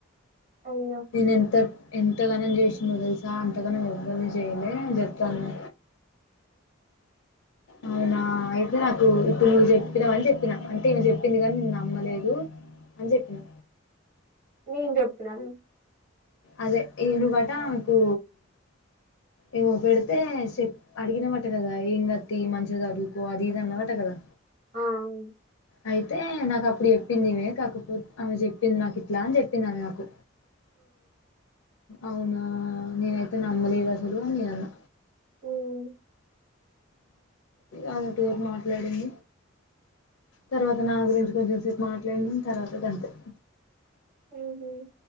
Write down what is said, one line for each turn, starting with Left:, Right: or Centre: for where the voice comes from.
Right: అయ్యో
Left: దీన్నేత ఎంతగనం చేసిన్నో తెలుసా అంతగనం ఎవ్వాల్ని చేయ్యలే అని జెప్తంది అవునా అయితే నాకు ఇప్పుడు నువ్వు చెప్పిన వని చెప్పినా అంటే నయన చెప్పింది కాని నేను నమ్మలేదు అని చెప్పినా
Right: నేన్ చెప్పినాను
Left: అదే ఈను బట నాకు ఏమో బెడితే చెప్ అడిగినవట్ట కదా ఏం గతి మంచిది చదువుకోవాలి అది ఇది అన్నవట కదా
Right: ఆ అవును
Left: అయితే నాకు అప్పుడు చెప్పింది ఇవే కాకపోత్ ఆమె చెప్పింది నాకు ఇట్లా అని చెప్పింది అమే నాకు అవునా నేనైతే నమ్మలేదు అసలు నేనన్న
Right: ఉమ్
Left: ఆమె పెర్మర్ డిందీ తర్వత నా గురించి కొంచెం సేప్ మాట్లాడింది తర్వాత గంతే
Right: ఊహు